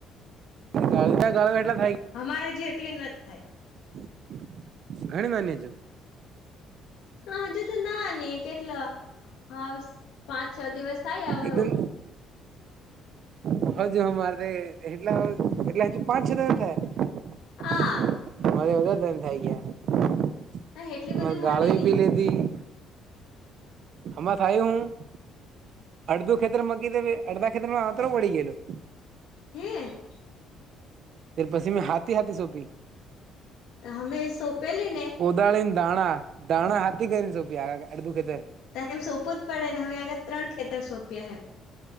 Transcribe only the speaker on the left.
અમારે જેટલી નથ થાય.
હ હજુ તો નાની કેટલા હા પાંચ છ દિવસ થાય <unintelligible>
હા
એટલી બધી મોટી ની
હે
હમે એ સોપે લીને
<unintelligible>